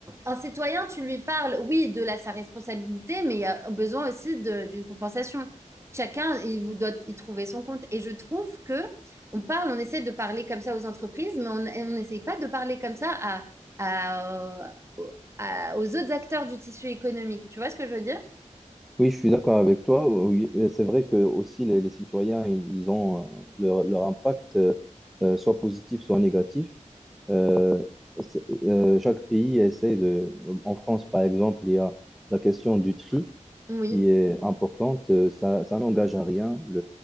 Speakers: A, on the right; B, in the centre.
A: un citoyen, tu lui parles, oui, de la, sa responsabilité, mais il y a besoin aussi de- d'une compensation. Chacun, il vous doit y trouver son compte. Et je trouve que on parle, on essaie de parler comme ça aux entreprises, mais on et on n'essaye pas de parler comme ça à, à, euh, aux à- aux autres acteurs du tissu économique. Tu vois ce que je veux dire?
B: Oui, je suis d'accord avec toi. Oui, euh, c'est vrai que aussi les, les citoyens, i- ils ont euh, leur, leur impact, euh, euh, soit positif, soit négatif. Euh, c'est- euh, chaque pays essaie de. En France, par exemple, il y a la question du tri
A: Oui.
B: qui est importante. Euh, Ça, ça n'engage à rien.